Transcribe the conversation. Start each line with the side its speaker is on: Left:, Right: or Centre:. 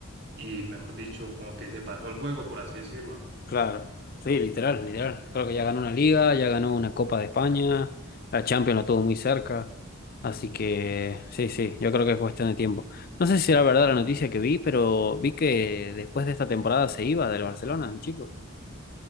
Right: y, mejor dicho, como que se pasó el juego, por así decirlo.
Left: Claro, sí, literal, literal. Creo que ya ganó una liga, ya ganó una Copa de España, la Champions la tuvo muy cerca, así que sí, sí, yo creo que es cuestión de tiempo. No sé si era verdad la noticia que vi, pero vi que después de esta temporada se iba del Barcelona, el chico.